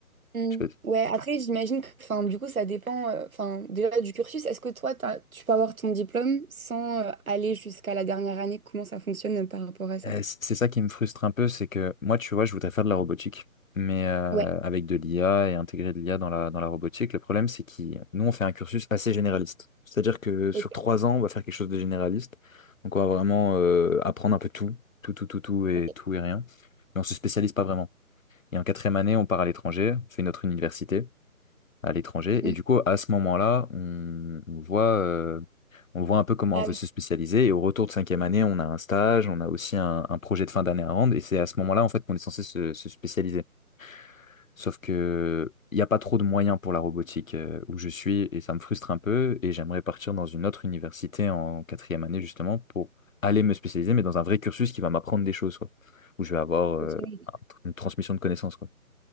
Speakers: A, on the right (about 65°); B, on the left (about 60°).
A: Mm.
B: Je sais pas.
A: Ouais, après, j'imagine que, enfin, du coup, ça dépend, euh, enfin, déjà du cursus. Est-ce que toi, t'as- tu peux avoir ton diplôme sans euh, aller jusqu'à la dernière année? Comment ça fonctionne euh, par rapport à ça?
B: Euh, c- c'est ça qui me frustre un peu, c'est que moi, tu vois, je voudrais faire de la robotique, mais euh,
A: Ouais.
B: avec de l'IA et intégrer de l'IA dans la, dans la robotique. Le problème, c'est que nous, on fait un cursus assez généraliste. C'est-à-dire que sur
A: ok,
B: trois ans, on va faire quelque chose de généraliste. Donc, on va vraiment euh, apprendre un peu tout, tout, tout, tout, tout et
A: ok.
B: tout et rien. Mais on se spécialise pas vraiment. Et en quatrième année, on part à l'étranger, on fait une autre université à l'étranger.
A: Mm.
B: Et du coup, à ce moment-là, on, on voit, euh, on voit un peu comment
A: Ah
B: on veut
A: oui.
B: se spécialiser. Et au retour de cinquième année, on a un stage, on a aussi un, un projet de fin d'année à rendre. Et c'est à ce moment-là, en fait, qu'on est censé se, se spécialiser. Sauf que il n'y a pas trop de moyens pour la robotique euh, où je suis, et ça me frustre un peu. Et j'aimerais partir dans une autre université en quatrième année, justement, pour aller me spécialiser, mais dans un vrai cursus qui va m'apprendre des choses, quoi, où je vais avoir euh,
A: ok, oui.
B: un- une transmission de connaissances, quoi.